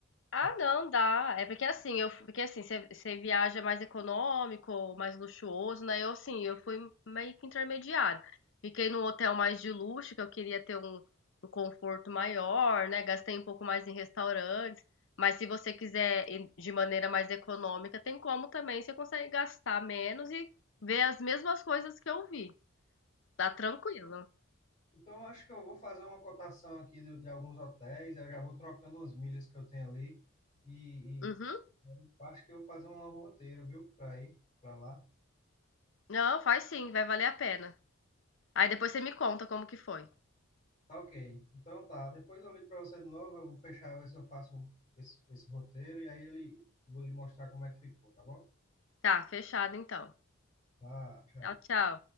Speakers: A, on the left; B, on the left.
A: você
B: Ah, não, dá. É porque assim, eu, porque assim, você você viaja mais econômico, mais luxuoso, né? Eu assim, eu fui meio que intermediário. Fiquei num hotel mais de luxo, que eu queria ter um, um conforto maior, né? Gastei um pouco mais em restaurantes. Mas se você quiser ir de maneira mais econômica, tem como também, você consegue gastar menos e ver as mesmas coisas que eu vi. Tá tranquilo.
A: Então, eu acho que eu vou fazer uma cotação aqui de, de alguns hotéis, eu já vou trocando umas milhas que eu tenho ali. E,
B: Uhum.
A: e eu acho que eu vou fazer um roteiro, viu, para ir para lá.
B: Não, faz sim, vai valer a pena. Aí depois você me conta como que foi.
A: Tá ok. Então tá. Depois eu ligo para você de novo. Eu vou fechar, ver se eu faço um- esse, esse roteiro e aí ele vou lhe mostrar como é que ficou, tá bom?
B: Tá, fechado então.
A: Tá, tchau.
B: Tchau, tchau.